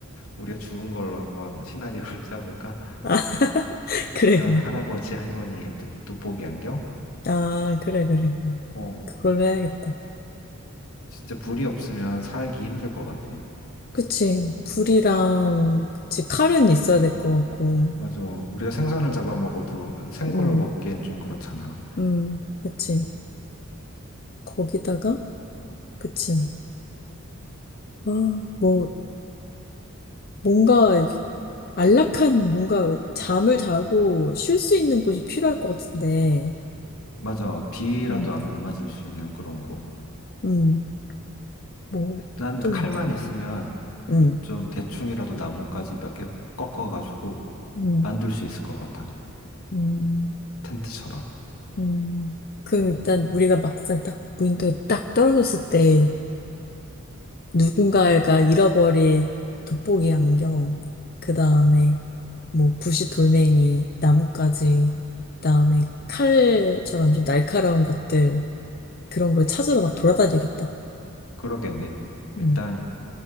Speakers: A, on the left; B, on the left.
A: 우리가 주운 걸로 한번 시나리오를 <laughs> 짜볼까?
B: 아, <laughs> 그래,
A: 어떤
B: 그래.
A: 할아버지, 할머니의 도- 돋보기 안경?
B: 아, 그래, 그래. 그래.
A: 어,
B: 그걸로 해야겠다.
A: 진짜 불이 없으면 살기 힘들 것 같아.
B: 그치.
A: 음.
B: 불이랑, 그치. 칼은 있어야
A: 음.
B: 될 것 같고.
A: 맞아. 우리가 생선을 잡아먹어도 생걸로
B: 음,
A: 먹기엔 좀 그렇잖아.
B: 음, 그치.
A: 어.
B: 거기다가, 그치. 아, 뭐, 뭔가, 이렇게 안락한, 뭔가, 잠을 자고 쉴 수 있는 곳이 필요할 것 같은데.
A: 맞아. 비라도
B: 음,
A: 안 맞을 수 있는 그런 곳.
B: 음, 뭐,
A: 난
B: 또,
A: 칼만 있으면
B: 음,
A: 좀 대충이라도 나뭇가지 몇 개 꺾어가지고
B: 음,
A: 만들 수 있을 것 같아.
B: 음.
A: 텐트처럼.
B: 음, 그럼 일단
A: 음.
B: 우리가 막상 딱 무인도에 딱 떨어졌을 때 누군가가 잃어버린 돋보기 안경, 그 다음에 뭐 부시 돌멩이, 나뭇가지, 그 다음에 칼처럼 좀 날카로운 것들 그런 걸 찾으러 막 돌아다니겠다.
A: 그러겠네.
B: 음,
A: 일단